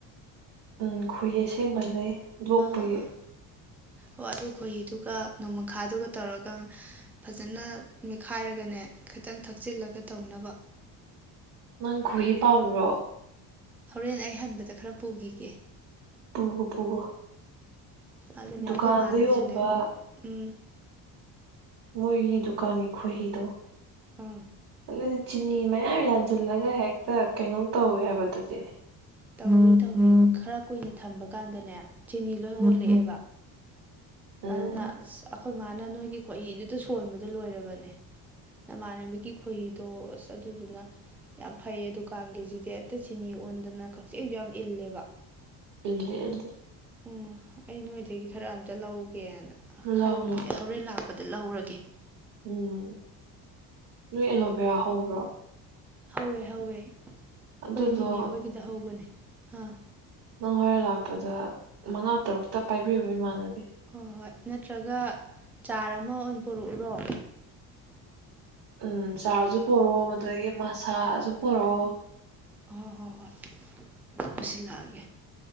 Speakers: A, on the right; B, in the centre.
A: ꯎꯝ ꯈꯣꯏꯍꯤ ꯑꯁꯦꯡꯕ ꯂꯩ ꯂꯣꯛꯄꯒꯤ
B: ꯑꯥ ꯑꯥ ꯑꯣ ꯑꯗꯨ ꯈꯣꯏꯍꯤꯗꯨꯒ ꯅꯣꯡꯃꯈꯥꯗꯨꯒ ꯇꯧꯔꯒ ꯐꯖꯅ ꯃꯦꯠꯈꯥꯏꯔꯒꯅꯦ ꯈꯤꯇꯪ ꯊꯛꯆꯤꯜꯂꯒ ꯇꯧꯅꯕ
A: ꯅꯪ ꯈꯣꯏꯍꯤ ꯄꯥꯝꯕ꯭ꯔꯣ
B: ꯍꯣꯔꯦꯟ ꯑꯩ ꯍꯟꯕꯗ ꯈꯔ ꯄꯨꯒꯤꯒꯦ
A: ꯄꯨꯒ ꯄꯨꯒ
B: ꯑꯗꯨꯅꯦ
A: ꯗꯨꯀꯥꯟꯗ
B: ꯑꯩꯈꯣꯏ ꯃꯥꯅꯖꯨꯅꯦ
A: ꯌꯣꯟꯕ
B: ꯎꯝ
A: ꯃꯣꯏꯒꯤ ꯗꯨꯀꯥꯟꯒꯤ ꯈꯣꯏꯍꯤꯗꯣ
B: ꯑꯪ
A: ꯑꯗꯨ ꯆꯤꯅꯤ ꯃꯌꯥꯝ ꯌꯥꯟꯁꯤꯜꯂꯒ ꯍꯦꯛꯇ ꯀꯩꯅꯣꯝ ꯇꯧꯏ ꯍꯥꯏꯕꯗꯨꯗꯤ
B: ꯇꯧꯏ ꯇꯧꯏ ꯈꯔ ꯀꯨꯏꯅ ꯊꯝꯕ ꯀꯥꯟꯗꯅꯦ ꯆꯤꯅꯤ ꯂꯣꯏ ꯑꯣꯜꯂꯛꯑꯦꯕ
A: ꯎꯝ
B: ꯑꯗꯨꯅ ꯑ ꯑꯩꯈꯣꯏ ꯃꯥꯅ ꯅꯣꯏꯒꯤ ꯈꯣꯏꯍꯤꯗꯨꯗ ꯁꯣꯟꯕꯗ ꯂꯣꯏꯔꯕꯅꯦ ꯅꯃꯥꯟꯅꯕꯤꯒꯤ ꯈꯣꯏꯍꯤꯗꯣ ꯑꯁ ꯑꯗꯨꯗꯨꯅ ꯌꯥꯝ ꯐꯩꯌꯦ ꯗꯨꯀꯥꯟꯒꯤꯁꯤꯗꯤ ꯑꯠꯇ ꯁꯤꯤꯅꯤ ꯑꯣꯟꯗꯅ ꯀꯛꯆꯤꯡꯁꯨ ꯌꯥꯝ ꯏꯜꯂꯦꯕ
A: ꯏꯜꯂꯤ ꯑꯗ꯭ꯔꯦ
B: ꯑꯣ ꯑꯩ ꯅꯣꯏꯗꯒꯤ ꯈꯔ ꯑꯝꯇ ꯂꯧꯒꯦꯅ ꯈꯜꯂꯤꯜꯂꯤꯅꯦ
A: ꯂꯥꯎ ꯂꯥꯎ
B: ꯍꯣꯔꯦꯟ ꯂꯥꯛꯄꯗ ꯂꯧꯔꯒꯦ
A: ꯎꯝ ꯅꯣꯏ ꯑꯦꯂꯣꯚꯦꯔꯥ ꯍꯧꯕ꯭ꯔꯣ
B: ꯍꯧꯋꯦ ꯍꯧꯋꯦ ꯑꯩꯈꯣꯏꯅꯤꯅꯦ
A: ꯑꯗꯨꯗꯣ
B: ꯑꯩꯈꯣꯏꯒꯤꯗ ꯍꯧꯕꯅꯦ ꯑꯥ
A: ꯅꯪ ꯍꯣꯔꯦꯟ ꯂꯥꯛꯄꯗ ꯃꯉꯥ ꯇꯔꯨꯛꯇ ꯄꯥꯏꯕꯤꯔꯑꯣ ꯏꯃꯥꯟꯅꯕꯤ
B: ꯍꯣꯏ ꯍꯣꯏ ꯅꯠꯇ꯭ꯔꯒ ꯆꯥꯔ ꯑꯃ ꯑꯣꯏꯅ ꯄꯨꯔꯛꯎꯔꯣ
A: ꯎꯝ ꯆꯥꯁꯨ ꯄꯣꯔꯛꯑꯣ ꯃꯗꯒꯤ ꯃꯁꯥꯖ ꯄꯔꯛꯑꯣ
B: ꯍꯣꯏ ꯍꯣꯏ ꯍꯣꯏ ꯄꯨꯁꯤꯜꯂꯛꯑꯒꯦ